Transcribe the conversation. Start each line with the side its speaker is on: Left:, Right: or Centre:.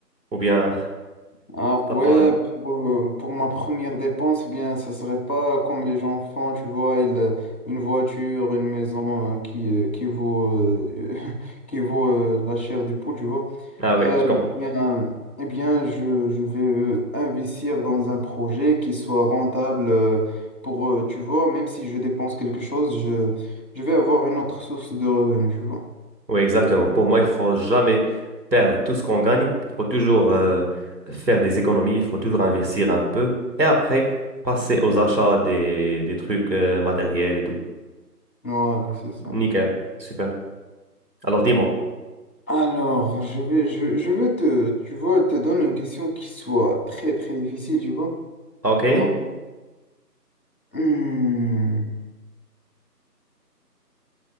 Right: Ou bien <laughs>
Left: Alors
Right: t'as
Left: ouais,
Right: pas...
Left: p- bon, pour ma première dépense, eh bien, ça serait pas comme les gens font, tu vois, ils, une voiture, une maison euh, qui, euh, qui vaut, euh, <laughs> qui vaut euh, la chair du poule, tu vois.
Right: Ah oui,
Left: Euh,
Right: je comprends.
Left: eh bien, eh bien je, je vais euh, investir dans un projet qui soit rentable euh, pour, euh, tu vois, même si je dépense quelque chose, je, je vais avoir une autre source de revenus, tu vois.
Right: Oui, exactement. Pour moi, il faut jamais perdre tout ce qu'on gagne. Il faut toujours euh, faire des économies, il faut toujours investir un peu. Et après, passer aux achats des, des trucs euh, matériels et tout.
Left: Voilà, c'est ça,
Right: Nickel, super. Alors dis-moi.
Left: Alors, je vais, je, je vais te, tu vois, te donner une question qui soit très, très difficile, tu vois.
Right: OK.
Left: Alors, hmm,